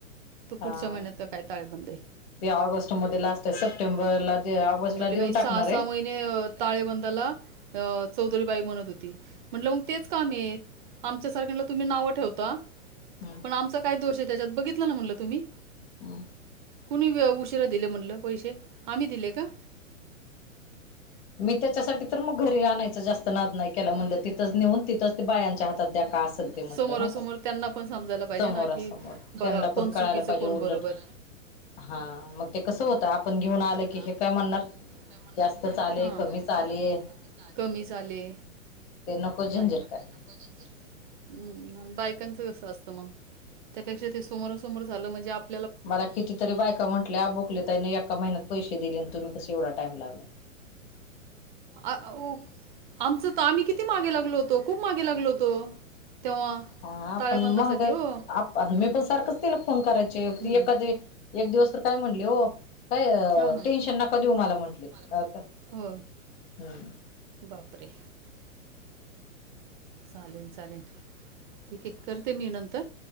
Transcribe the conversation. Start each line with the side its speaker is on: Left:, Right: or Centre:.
Right: तू
Left: हा
Right: पुढच्या महिन्यात का काय ताळेबंद आहे
Left: ते ऑगस्ट मध्ये लास्ट आहे सप्टेंबरला ऑगस्टला
Right: म्हटली
Left: देऊन
Right: बाई सहा
Left: टाकणार
Right: सहा
Left: आहे
Right: म ताळेबंदाला चौधरीबाई म्हणत होती म्हटलं मग तेच काम य आमच्यासारख्यांला तुम्ही नावं ठेवता
Left: हम्
Right: आमचा काय दोष आहे त्याच्यात बघितलं ना म्हटलं तुम्ही
Left: हम
Right: कुणी उशिरा दिले म्हटलं पैसे आम्ही दिले का
Left: मी त्याच्यासाठी तर मग घरी आणायच जास्त नाद नाही केला म्हंलं तिथंच नेऊन तिथंच ते बायांच्या हातात द्याका असेल ते म्हंटलं
Right: लागलं समोरासमोर
Left: नाही का
Right: त्यांना पण समजायला पाहिजे
Left: समोरा
Right: ना की
Left: समोर
Right: बघा
Left: त्यांना पण
Right: कोण
Left: कळायला
Right: चुकीचं
Left: पाहिजे
Right: कोण
Left: उलत
Right: बरोबर
Left: हा मग ते कस होत आपण घेऊन आलं की
Right: ते
Left: हे काय म्हणणार
Right: काय म्हणणार
Left: जास्तच आले कमीच
Right: जास्त
Left: आले
Right: झाले कमी झाले
Left: ते नको झंझट
Right: नाही ना
Left: काय
Right: हम् आणि बायकांचं कसं असतं मग त्यापेक्षा ते समोरसमोर झालं म्हणजे आप
Left: मला कितीतरी बायका म्हटल्या बोकले तने एका महिन्यात पैसे दिले आणि तुम्ही कस एवढा टाईम लागला
Right: अ हो आमचं तर आम्ही किती मागे लागलो होतो खूप मागे लागलो होतो तेव्हा
Left: हा
Right: ताळेबंदासाठी
Left: पण मग
Right: हो
Left: आप मी पण सारखंच तिला फोन करायचे
Right: हम्म
Left: त एखादी एक दिवस तर काय म्हणली हो काय
Right: हां हां
Left: टेन्शन नका देऊ मला म्हटली अ
Right: म्हटलं
Left: का
Right: हो
Left: हम्
Right: बापरे चालेल चालेल ठीक आहे करते मी नंतर